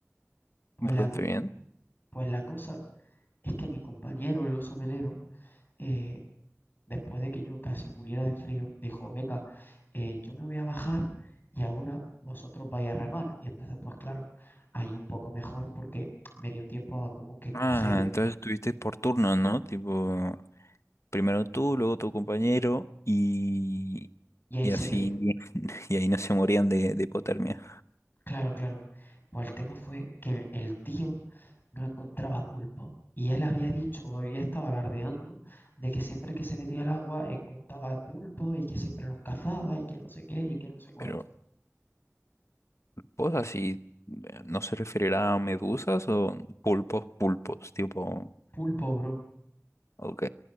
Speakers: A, on the left; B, on the left.
A: Pues
B: bastante
A: la, co-
B: bien.
A: pues la cosa es que mi compañero, el oso melero, eh, después de que yo casi muriera de frío, dijo, venga, eh, yo me voy a bajar y ahora vosotros vais a remar. Y entonces, pues claro, ahí un poco mejor porque me dio tiempo a como que coger
B: Ah, entonces estuviste por turnos, ¿no? Tipo, primero tú, luego tu compañero y,
A: y ahí
B: y
A: se
B: así,
A: quedó.
B: <laughs> y ahí no se morían de, de hipotermia.
A: Claro, claro. Pues el tema fue que el tío no encontraba pulpo. Y él había dicho, o había estado alardeando, de que siempre que se metía al agua encontraba pulpos y que siempre los cazaba y que no sé qué y que no sé cuánto.
B: Pero, pues así, eh, ¿no se referirá a medusas o pulpos, pulpos, tipo...
A: Pulpo, bro.
B: Ok,